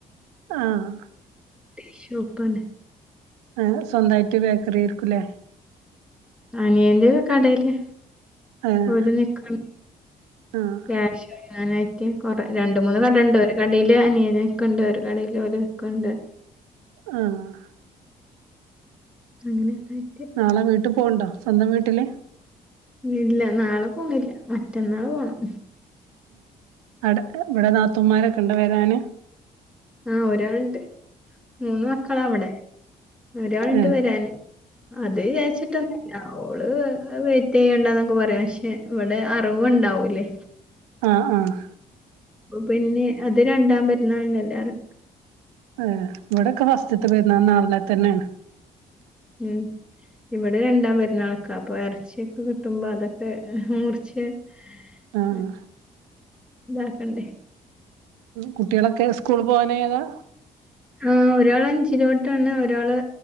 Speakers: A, on the right (about 75°); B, in the centre.
A: ആഹ്
B: <inaudible> ഷോപ്പാണ്
A: ഏഹ് സ്വന്തായിട്ട് ബേക്കറി ആരിക്കുല്ലേ
B: അനിയന്റെ കടെല്‌
A: ഏഹ്
B: അടെ നിക്കാണ്
A: ആഹ്
B: ക്യാഷ് വങ്ങാനായിട്ട് കൊറ രണ്ട്മൂന്ന് കടണ്ട് ഒരു കടയില് അനിയനിക്ക്ണ്ട് ഒരു കടയില് ഓല് ക്ക്ണ്ട്
A: ആഹ്
B: അങ്ങനെയൊക്കൊയിട്ട്
A: നാളെ വീട്ട് പോവ്ണ്ടോ സ്വന്തം വീട്ടില്
B: ഇല്ല നാളെ പോണില്ല്യ മറ്റന്നാള് പോണം
A: അടെക്കെ ഇവിടെ നാത്തൂമാരൊക്കെണ്ടോ വെരാന്
B: ആഹ് ഒരാള്ണ്ട് മൂന്ന് മക്കള അവിടെ ഒരാള്ണ്ട്
A: ഏഹ്
B: വരാന് അത് വിചരിച്ചിട്ട ഓള് വെയിറ്റ് ചെയ്യണ്ടന്നൊക്കെ പറയും പക്ഷെ ഇവിടെ അറവ്ണ്ടാവൂലേ
A: ആഹ് ആഹ്
B: പൊ പിന്നെ അത് രണ്ടാം പെരുന്നാളിനല്ലാര്
A: അഹ് ഇവിടെക്കെ ഫസ്റ്റ്ത്തെ പെര്ന്നാൾന് <unintelligible> തന്നെയാണ്
B: ഉം ഇവിടെ രണ്ടാം പെരുന്നാൾക്ക അപ്പൊ ഇറച്ചിയൊക്കെ കിട്ടുമ്പോ അതൊക്കെ മുറിച്ച് ഉം <inaudible>
A: ആഹ്
B: താക്കണ്ടേ
A: കുട്ടികളൊക്കെ സ്കൂളിൽ പോവാനായതാ
B: ആഹ് ഒരാള് അഞ്ചിലോട്ടാണ് ഒരാള്